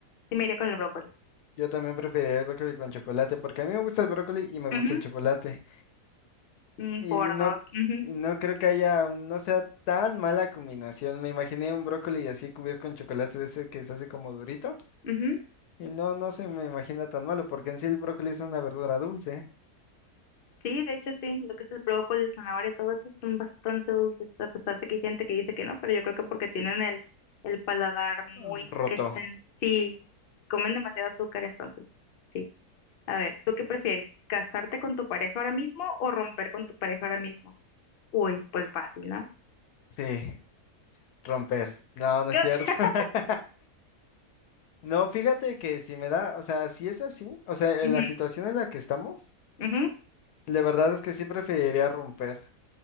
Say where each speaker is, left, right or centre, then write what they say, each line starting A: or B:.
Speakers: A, on the left; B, on the left.
A: sí me iría con el brócoli.
B: Yo también preferiría el brócoli con chocolate porque a mí me gusta el brócoli y me gusta
A: Ujú,
B: el chocolate.
A: mm,
B: Y
A: por
B: no,
A: dos. ujú,
B: y no creo que haya, un- no sea tan mala combinación. Me imaginé un brócoli así cubierto con chocolate de ese que se hace como durito.
A: ujú.
B: Y no, no se me imagina tan malo, porque en sí el brócoli es una verdura dulce.
A: Sí, de hecho sí, lo que es el brócoli, el zanahoria, todo eso son bastante dulces, a pesar de que hay gente que dice que no, pero yo creo que porque tienen el, el paladar muy
B: Ah, Roto.
A: desen... Sí, comen demasiado azúcar entonces. Sí. A ver, ¿tú qué prefieres? ¿Casarte con tu pareja ahora mismo o romper con tu pareja ahora mismo? Uy, pues fácil, ¿no?
B: Sí, romper. No, no es
A: Yo-
B: cierto.
A: <laughs>
B: <laughs> No, fíjate que si me da, o sea, si es así, o sea,
A: Ujú,
B: en la situación en la que estamos,
A: ujú,
B: la verdad es que sí preferiría romper.